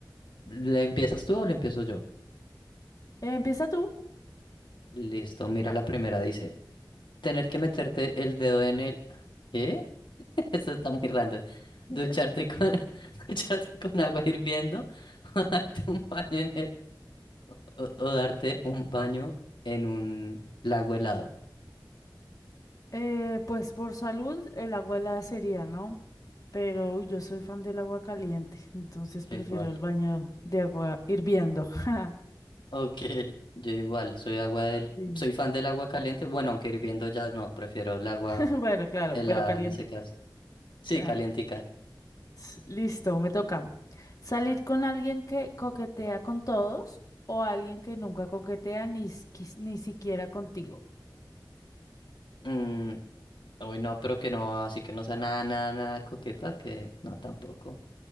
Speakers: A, on the left; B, on the left.
A: ¿Le empiezas tú o le empiezo yo?
B: Eh, empieza tú.
A: Listo, mira la primera, dice, tener que meterte el dedo en el... ¿Qué? <laughs> Eso está muy random.
B: <laughs>
A: Ducharte con, <laughs> ducharte con agua hirviendo <laughs> o darte un baño en el... o o darte un baño en un lago helado.
B: Eh, pues por salud, el agua helada sería, ¿no? Pero uy, yo soy fan del agua caliente, entonces
A: Yo
B: prefiero
A: igual.
B: el baño de agua hirviendo. <laughs>
A: Ok, yo igual, soy agua del,
B: Sí.
A: soy fan del agua caliente, bueno, aunque hirviendo ya no, prefiero el agua
B: <laughs> Bueno, claro,
A: helada
B: pero caliente.
A: en ese caso. Sí,
B: Claro.
A: calientica.
B: S- Listo, me toca. ¿Salir con alguien que coquetea con todos o alguien que nunca coquetea ni, s- quis- ni siquiera contigo?
A: Mm, uy, no, pero que no, así que no sea nada, nada, nada coqueta, que no, tampoco.